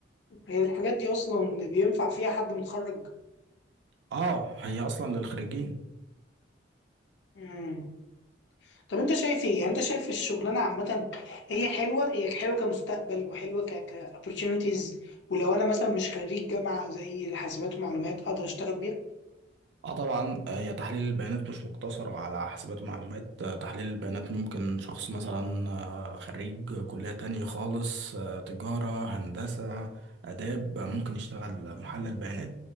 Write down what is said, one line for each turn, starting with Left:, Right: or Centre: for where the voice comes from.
Left: هي الحاجات دي اصلا بينفع فيها حد متخرج
Right: اه هي اصلا للخريجين
Left: مم. طب انت شايف ايه يعني انت شايف الشغلانه عامه هي حلوه هي حلوه كمستقبل وحلوه ك ك opportunities ولو انا مثلا مش خريج جامعه زي حاسبات ومعلومات اقدر اشتغل بيها
Right: اه طبعا آه، هي تحليل البيانات مش مقتصر على حسابات ومعلومات آه، تحليل البيانات ممكن شخص مثلا آه، خريج كلية تانية خالص آه، تجارة هندسة آداب آه، ممكن يشتغل محلل بيانات